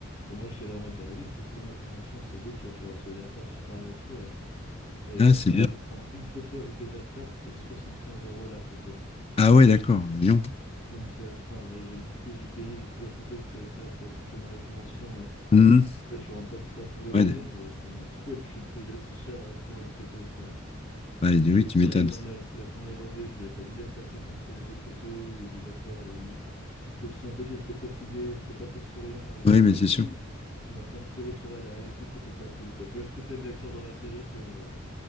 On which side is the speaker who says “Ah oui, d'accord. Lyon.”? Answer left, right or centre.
Left